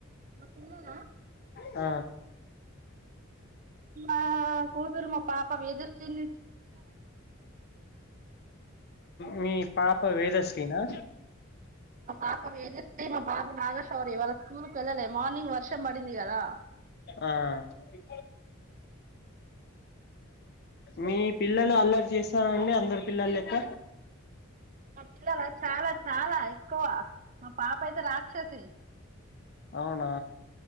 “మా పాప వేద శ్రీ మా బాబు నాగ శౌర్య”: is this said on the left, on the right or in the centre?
Right